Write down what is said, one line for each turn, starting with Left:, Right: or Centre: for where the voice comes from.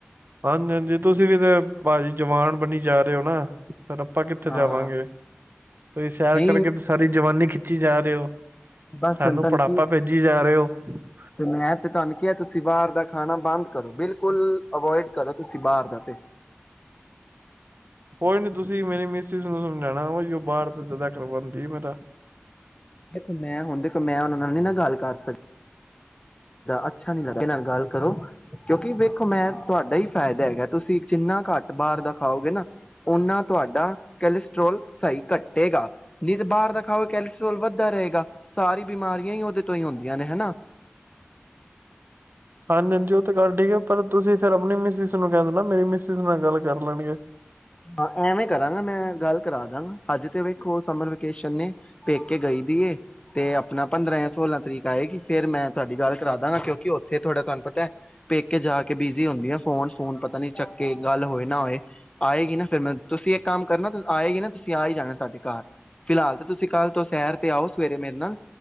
Right: ਹਾਂਜੀ ਹਾਂਜੀ ਤੁਸੀਂ ਵੀ ਤੇ ਭਾਜੀ ਜਵਾਨ ਬਣੀ ਜਾ ਰਹੇ ਹੋ ਨਾ ਫਿਰ ਆਪਾਂ ਕਿੱਥੇ
Left: ਹਾਂ
Right: ਜਾਵਾਂਗੇ ਤੁਸੀਂ ਸੈਰ
Left: ਨਹੀਂ
Right: ਕਰਕੇ ਤੇ ਸਾਰੀ ਜਵਾਨੀ ਜਾ ਰਹੇ ਹੋ
Left: ਬਸ
Right: ਸਾਨੂੰ
Left: ਤਨ
Right: ਬੁੜਾਪਾ
Left: ਕੀ
Right: ਭੇਜੀ ਜਾ ਰਹੇ ਓ <unintelligible>
Left: ਤੇ ਮੈਂ ਤੇ ਤੁਹਾਨੂੰ ਕਿਹਾ ਤੁਸੀਂ ਬਾਹਰ ਦਾ ਖਾਣਾ ਬੰਦ ਕਰੋ ਬਿਲਕੁਲ ਅਵੋਇਡ ਕਰੋ ਤੁਸੀਂ ਬਾਹਰ ਦਾ ਤੇ।
Right: ਕੋਈ ਨੀ ਤੁਸੀਂ ਮੇਰੀ ਮਿਸਿਸ ਨੂੰ ਸਮਝਾਉਣਾ ਹੀ ਉਹ ਬਾਹਰ ਜਦਾ ਕਰਵਾਉਂਦੀ ਮੇਰਾ।
Left: ਦੇਖੋ ਮੈਂ ਹੁਣ ਦੇਖੋ ਮੈਂ ਉਹਨਾਂ ਨਾਲ ਨੀ ਨਾ ਗੱਲ ਕਰ ਸਕ ਅੱਛਾ ਨੀ ਲੱ ਇਹ ਨਾਲ ਗੱਲ ਕਰੋ ਕਿਉਂਕਿ ਵੇਖੋ ਮੈਂ ਤੁਹਾਡਾ ਹੀ ਫਾਇਦਾ ਹੈਗਾ ਤੁਸੀਂ ਜਿੰਨਾ ਘੱਟ ਬਾਹਰ ਦਾ ਖਾਓਗੇ ਨਾ ਓਨਾ ਤੁਹਾਡਾ ਕਲਸਟਰ੍ਰੋਲ ਸਹੀ ਘੱਟੇਗਾ ਨਹੀਂ ਤਾਂ ਬਾਹਰ ਦਾ ਖਾਓਗੇ ਕੈਲਸਟਰ੍ਰੋਲ ਵੱਧਦਾ ਰਹੇਗਾ ਸਾਰੀ ਬਿਮਾਰੀਆਂ ਹੀ ਉਹਦੇ ਤੋਂ ਹੀ ਹੁੰਦੀਆਂ ਨੇ ਹਨਾ।
Right: ਹਾਂਜੀ-ਹਾਂਜੀ ਉਹ ਤਾਂ ਗੱਲ ਠੀਕ ਹੈ ਪਰ ਤੁਸੀਂ ਸਰ ਆਪਣੀ ਮਿਸ ਨੂੰ ਕਹਿ ਦੋ ਨਾ ਮੇਰੀ ਮਿਸ ਨਾਲ ਗੱਲ ਕਰ ਲੈਣਗੇ।
Left: ਹਾਂ ਐਵੇਂ ਕਰਾਂਗਾ ਮੈਂ ਗੱਲ ਕਰਾ ਦਾਂਗਾ ਹਜੇ ਤੇ ਵੇਖੋ ਸਮਰ ਵੇਕੇਸ਼ਨ ਨੇ ਪੇਕੇ ਗਈ ਦੀਏ ਤੇ ਆਪਣਾ ਪੰਦਰਾਂ ਜਾਂ ਸੋਲਾਂ ਤਰੀਕ ਆਏਗੀ ਫੇਰ ਮੈਂ ਤੁਹਾਡੀ ਗੱਲ ਕਰਾ ਦਾਂਗਾ ਕਿਉਂਕਿ ਉੱਥੇ ਥੋੜ੍ਹਾ ਤੁਹਾਨੂੰ ਪਤਾ ਹੈ ਪੇਕੇ ਜਾ ਕੇ ਬਿਜੀ ਹੁੰਦੀ ਆ ਫੋਨ-ਫੂਨ ਪਤਾ ਨੀ ਚੱਕੇ ਗੱਲ ਹੋਏ ਨਾ ਹੋਏ। ਆਏਗੀ ਨਾ ਫਿਰ ਮ ਤੁਸੀਂ ਇੱਕ ਕੰਮ ਕਰਨਾਂ ਆਏਗੀ ਨਾ ਤੁਸੀਂ ਆ ਹੀ ਜਾਣਾ ਸਾਡੇ ਘਰ ਫਿਲਹਾਲ ਤੇ ਤੁਸੀਂ ਤੁਸੀਂ ਕੱਲ ਤੋਂ ਸੈਰ ਤੇ ਆਓ ਸਵੇਰੇ ਮੇਰੇ ਨਾਲ